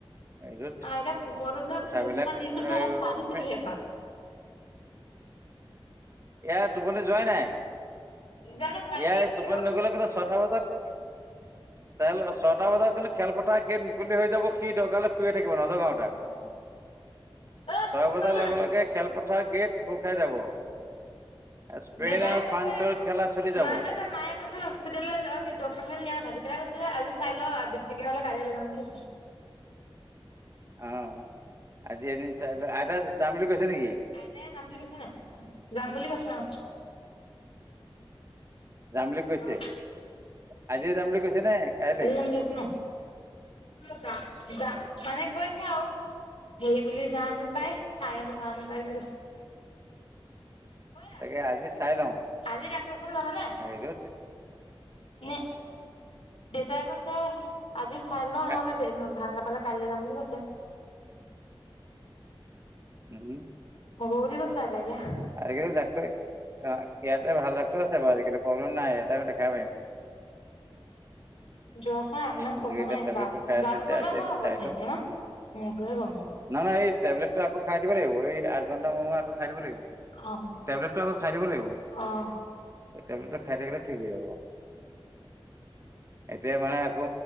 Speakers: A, on the right (about 30°); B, on the left (about 80°).
A: এইযত
B: আইতা পোকৰ ওচৰত
A: কথাবিলাক
B: মুখখন দিছে যে পানী
A: তু
B: দিলে এইবাৰ
A: ইয়াৰ টোপনি যোৱাই নাই,
B: জানো ভাইটি
A: ইয়াৰ
B: ক'ত
A: টোপনি নগলে কিন্তু ছটা বজাত তেইল ছয়টা বজাত কিন্তু খেলপথাৰ গেট মুকলি হৈ যাব সি দৰকাৰ হলে শুয়ে থাকিব নজগাও।
B: অ টোপনি
A: ছয় বজাৰ
B: গ'ল
A: লগে
B: নে নাই
A: লগে খেলপথাৰ গেট খোল খাই যাব। স্পেইন
B: দেউতাই
A: আৰু
B: কৈছে,
A: ফ্ৰান্সৰ খেলা চলি যাব
B: মায়
A: অ
B: তাৰ মায়ে কৈছে হস্পিটেললৈ য কি ডকক্তৰ খিয়া তেতিয়াই কৈছে যেজি চাই লও বেছিকে হলে কাইলৈ যাম বুলি কৈছে।
A: অ' আজি এদিন চাইো আইতা যাম বুলি কৈছে নেকি?
B: আইতাই, যাম বুলি কৈছে ন যাম বুলি কৈছে ন।
A: যাম বুলি কৈছে,
B: অ
A: আজি যাম বুলি কৈছে নে কাইলৈ
B: আজি যাম বুলি কৈছা ন, <unintelligible> মানে কৈছে আৰু সেই বুলি জানো পায় চায়ও জান নোাপায় বুলি কৈছে। অইৰা
A: তাকে আজি চাই লওঁ,
B: আজি ডাক্তৰ ঘৰলে যাবানে?
A: হটোত
B: নে, দেউতাই কৈছে আজি চাই ল নহলে
A: কা-
B: ভাল নাপালে কাইলৈ যাম বুলি কৈছে।
A: <inaudible>
B: হব বুলি কৈছে আৰু এনেকে।
A: আজিকালি ডাক্তৰ, অ' ইয়াতে ভাল ডাক্তৰ আছে বাৰু আজিকালি প্ৰব্লেম নাই ইয়াতে মানে <unintelligible>
B: জ্বৰ খ ইমান
A: গতিকে
B: কম
A: এতিয়া
B: নাই,
A: টেবলেটটো
B: গা
A: খাই আছে
B: গাতে
A: যে
B: ঠাণ্ডা
A: আজি
B: হ
A: আমি
B: আগতচে
A: চাই লওঁ
B: এতিয়া। মোৰ কহে গম।
A: নাই নাই এই োবলেট টো আক খাই দিব লাগিব, এই আঠ ঘণ্টা সময় মোৰে মোৰে আ খাই থাকিব লাগিব।
B: অ'।
A: টেবলেটটো আকৌ খাই দিব লাগিব।
B: অ',
A: লেটটো খাই থাকিল ঠিক, হৈ যাব। এতিয়া মানে আকৌ